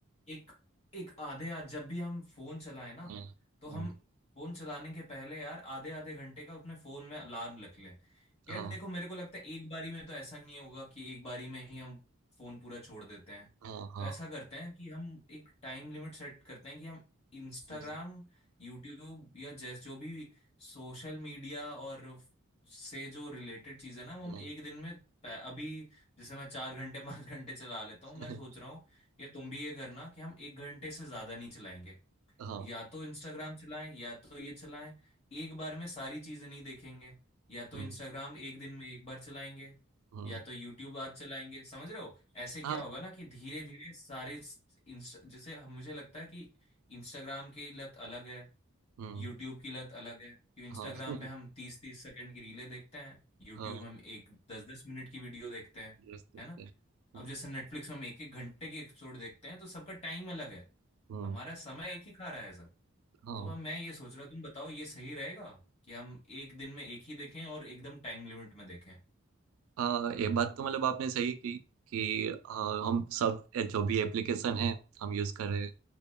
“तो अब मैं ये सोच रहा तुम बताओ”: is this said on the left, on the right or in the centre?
Left